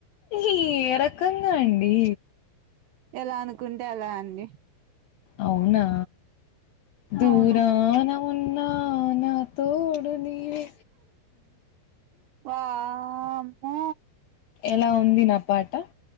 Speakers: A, on the left; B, on the right.
A: ఏ రకంగా అండి
B: ఎలా అనుకుంటే అలా అండి
A: అవునా దూరానా
B: అవును
A: ఉన్నా నా తోడు నీవే
B: వామ్మో
A: ఎలా ఉంది నా పాట